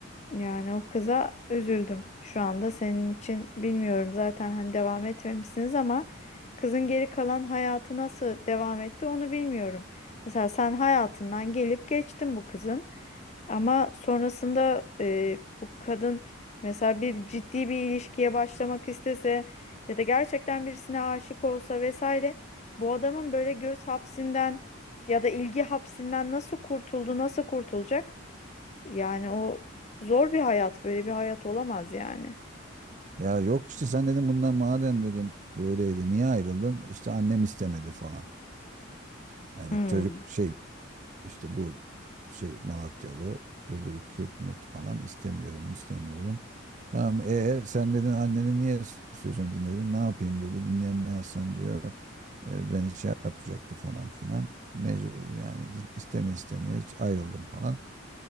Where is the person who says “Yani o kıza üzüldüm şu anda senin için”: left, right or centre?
Left